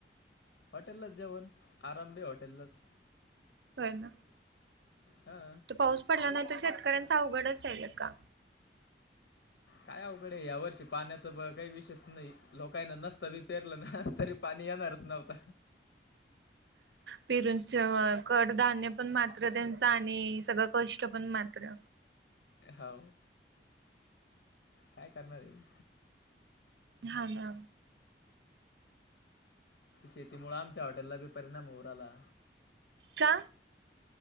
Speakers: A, on the left; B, on the right.
A: हॉटेललाच जेवण आरंम भी हॉटेललाच
B: होय ना
A: हा
B: तो पाऊस पडला नाही तर शेतकऱ्यांचा अवघडच आहय लेका.
A: काय अवघड हे वर्षी पाण्याच ब-काही विशेष नाही लोकांना नस त बी पेरलं ना तरी पाणी येणारच नव्हता.
B: पिरनच्या कडधान्य पण मात्र त्यांच आणि सगळ कष्ट पण मात्र.
A: हो काय करणार आहे?
B: हा ना
A: शेतीमुळे आमच्या हॉटेलला बी परिणाम होऊ राहला.
B: का?